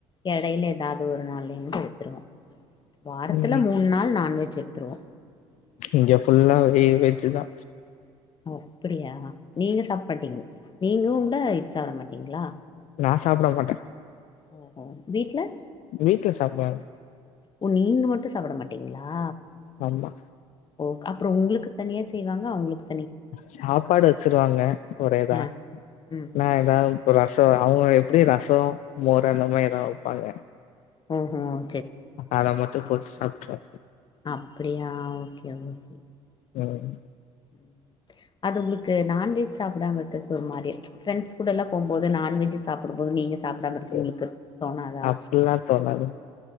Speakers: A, on the left; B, on the left.
A: எடையில ஏதாவ்து ஒரு நாள்லயு போய் எடுத்துருவோ வாரத்துல
B: ம்
A: மூண் நாள் நான்வெஜ் எடுத்துருவோ
B: இங்க ஃபுல்லா ஒரு வெஜ்ஜூதா
A: ஓ அப்டியா நீங்க சாப்பட்டீங்க நீங்க கூட இது சாப்ட மாட்டீங்ளா
B: நா சாப்டமாட்டே
A: ஒ ஒஹோ வீட்ல
B: வீட்ல சாப்டுவாங்க
A: ஒ நீங்க மட்டு சாப்ட மாட்டிங்ளா
B: ஆமா
A: ஓக் அப்றோ உங்ளுக்கு தனியா செய்வாங்க அவுங்ளுக்கு
B: சாப்பாடு வச்சிருவாங்க ஒரேதா
A: ஆ ம்
B: நா ஏதாவ்து ரசோ அவுங்க எப்டியு ரசோ மோர் அந்த மாரி எதா வைப்பாங்க
A: ம் ம்
B: அது மட்டு போட்டு சாப்டுக்குவோ
A: அப்டியா ஓகே ஓகே
B: ம்
A: ம். அது உங்களுக்கு நான்வெஜ் சாப்டாமா இருக்குறதுக்கு ஒரு மாரி ஃப்ரெண்ட்ஸ் கூட எல்லா போம்போது நான்வெஜ் சா சப்புடும்போது நீங்க சாப்டாம இருக்கு
B: சேரி
A: உங்களுக்கு தோணாதா
B: அப்டில்லா தோணாது